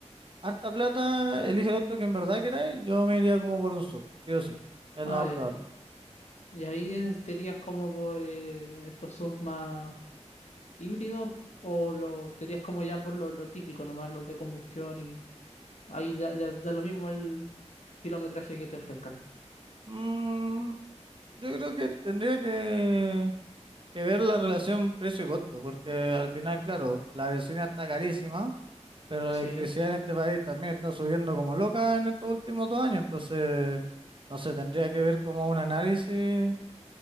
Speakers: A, on the right; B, on the left.
A: harta plata, elige el auto que en verdad queráis, yo me iría como por un sub, sí o sí. Es
B: Ah,
A: lo más
B: ya.
A: probable.
B: Y ahí eh, estarías como por eh, estos subs más. híbridos o lo tenías como ya por lo, lo típico nomás, los de combustión y ahí da, ya da lo mismo el kilometraje que te ofrezcan.
A: Mm, yo creo que tendría que, que ver la relación precio y costo, porque al final, claro, la benzina está carísima. Pero la
B: Sí.
A: electricidad en este país también está subiendo como loca en estos últimos dos años, entonces, no sé, tendría que ver como un análisis,